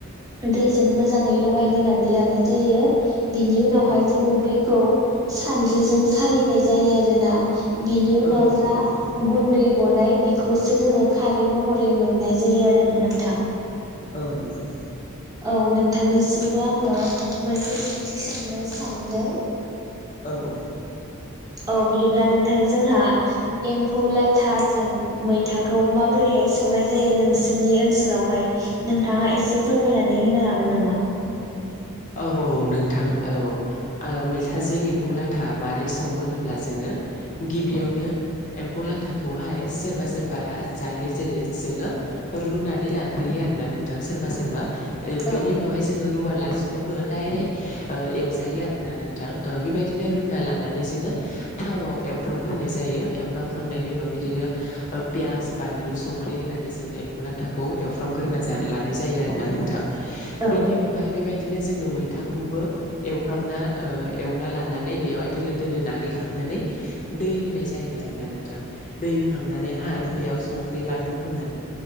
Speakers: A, on the right; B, on the left.
A: दैजों मोजाङै लगायग्रोनानै लानाय जायो बिनि उनावहाय
B: औ
A: जोङो बैखौ सानद्रिजों सालिनाय जायो आरोना बिनि उनाव
B: औ औ
A: जा
B: नंगौ
A: गुन्दै गनाय बि खौसो जोङो खारै महरै मोननाय जायो आरोना नोंथां
B: औ नंगौ
A: औ नोंथांनिसिमबो आङो मोनसे सोंथि सोंनो सानदों
B: औ औ
A: औ बिदिब्ला नोंथां जोंहा एम्फौ लाथाजों मैथाखौ माबोरैहाय संनाय जायो नोंसिनि ओनसोलावहाय नोंथाङा एसे फोरमायनानै होनो हागोन नामा?
B: <inaudible> औ औ नोंथां औ आ मैथाजों एम्फौ लाथा माबारै सङो होनोब्ला जोङो गिबियावनो एम्फौ लाथाखौहाय सोरबा सोरबा जायो जेरै जोङो रुनानै लाग्रोयो आरो ना नोंथां सोरबा सोरबा
A: औ
B: बेनि उनावहाय जोङो रुवा लासिनो नोबो डाइरेक्ट ओ एवजायो आरोना नोंथां ओ बेबायदिनो रुना लानानै जोङो थावाव एवफ्र्रामग्रोनाय जायो एवफ्र्रामखांनायनि उनाव बिदिनो ओ पियास बानलु संख्रि होनानै जोङो एम्फौ लाथाखौ एवफ्रामग्रोना जानो लानाय जायो आरोना नोंथां
A: औ
B: बिनि उनावहाय बेबायदि बिदिनो जोङो मैथाखौबो एवफ्रामना ओ एवना लानानै बेवहाय दोलो दोलो नाग्लिखांना नै दै होनाय जायो आरोना नोंथां दै होखांनानैहाय बेयाव संख्रि बानलु होना